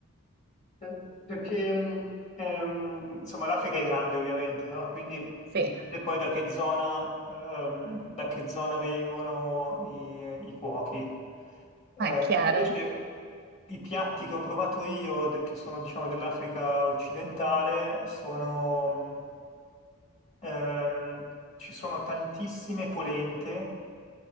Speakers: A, on the left; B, on the right.
A: Eh, Perché mh, ehm, insomma l'Africa è grande ovviamente, no? Quindi
B: Sì,
A: dipende poi da che zona, ehm, da che zona vengono i, i cuochi. Eh,
B: ma è chiaro.
A: invece i piatti che ho provato io, de- che sono diciamo dell'Africa occidentale, sono, mh, ehm, ci sono tantissime polente